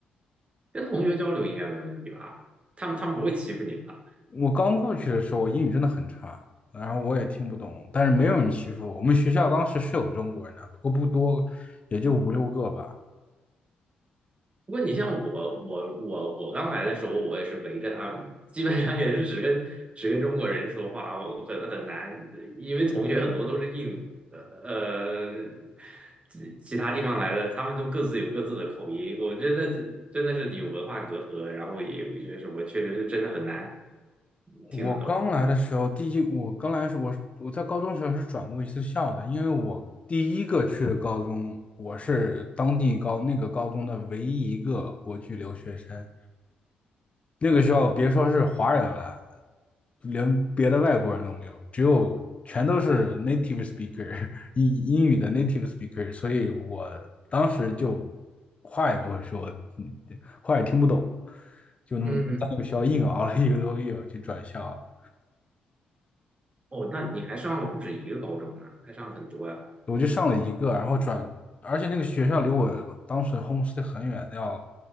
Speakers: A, on the right; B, on the left.
A: 跟同学交流应该没问题吧？他们他们不会欺负你吧？
B: 我刚过去的时候，我英语真的很差，然后我也听不懂，但是没有人欺负我。我们学校当时是有中国人的，不过不多，也就五六个吧。
A: 不过你像我，我我我刚来的时候，我也是围着他们，基本上也是只跟只跟中国人说话，我很很难，因为同学很多都是印度，呃呃，其其他地方来的，他们都各自有各自的口音，我觉得真的是有文化隔阂，然后也有一些什么，确实是真的很难听得懂。
B: 我刚来的时候，第一我刚来的时候，我是我在高中时候是转过一次校的，因为我第一个去的高中，我是当地高那个高中的唯一一个国际留学生。那个学校别说是华人了，连别的外国人都没有，只有全都是 native speaker <laughs> 英英语的 native speaker，所以我当时就话也不会说，嗯话也听不懂，就那么在那个学校硬熬了一个多月就转校了
A: 嗯，哦，那你还上了不止一个高中呢，还上了很多呀。
B: 我就上了一个，然后转，而且那个学校离我当时 homestay 很远，要